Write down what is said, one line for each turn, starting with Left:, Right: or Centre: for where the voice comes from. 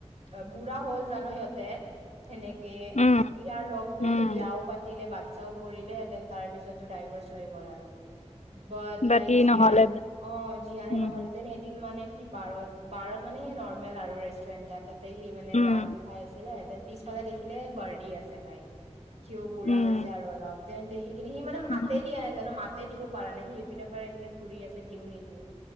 Right: বুঢ়া হ'ল জানো সিহঁতে। সেনেকে। ইয়াৰ
Left: উম
Right: লগটোৱেটো
Left: উম
Right: বিয়াও পাতিলে, বাচ্ছাও কৰিলে। দেন তাৰ পিছত টো ডাইভৰ্চ হৈ গ'ল আৰু। বাট
Left: বাকী
Right: লাইক জীয়ান,
Left: নহ'লে
Right: অ জীয়ানে
Left: উম,
Right: নহ'লেতেনে এদিন মানে সি বাৰত বাৰত মানে সেই নৰ্মেল আৰু ৰেষ্টুৰেণ্ট টাইপ, তাতে সি মানে
Left: উম,
Right: ৱাইন খাই আছিলে। দেন পিছফালে দেখিলে বাৰদি আছে ভাই। সিও বুঢ়া
Left: উম,
Right: হৈছে আৰু অলপ দেন দেখি কিন্তু সি মানে
Left: উম,
Right: মাতে দিয়া নাই, জান' মাতে দিব পৰা নাই। সি এইপিনে পাৰে এইপিনে ঘূৰি আছে দিও নিদিও।